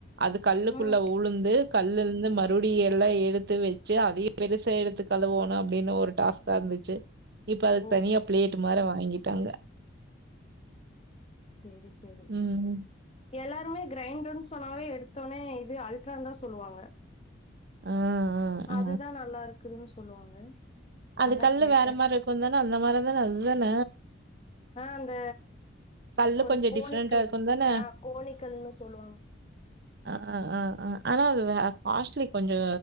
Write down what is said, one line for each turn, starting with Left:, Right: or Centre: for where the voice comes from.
Right: அது கல்லுக்குள்ள
Left: ம்
Right: உழுந்து கல்லிருந்து மறு வெளிய எல்லா எடுத்து வச்சு அதையு பெருசா எடுத்து கழுவோன்னு அப்டின்னு ஒரு டாஸ்கா இருந்துச்சு இப்ப அதுக்கு
Left: ஓ
Right: தனியா ப்ளேட்டு் மாரி வாங்கிட்டாங்க
Left: சேரி சேரி
Right: ம்.
Left: எல்லாருமே கிரைண்டர்ன்னு சொன்னாவே எடுத்த ஒன்னே இது அல்ட்ரான்னுதா சொல்வாங்க
Right: ஆ, ஆ, ஆ.
Left: அதுதா நல்லா இருக்குதுன்னு சொல்லுவாங்க
Right: அது
Left: அதான்
Right: கல்லு
Left: கேட்டேன்
Right: வேற மாரி இருக்குந்தான அந்த மாரிதான அதுதான
Left: ஆ அந்த
Right: கல்லு
Left: ஒரு
Right: கொஞ்சம்
Left: கோணிக்கல்
Right: டிஃப்ரெண்ட்டா இருக்கும் தான?
Left: ஆ கோணிக்கல்ன்னு சொல்லுவாங்க
Right: ஆ ஆ ஆ ஆனா அது காஸ்ட்லி கொஞ்சோ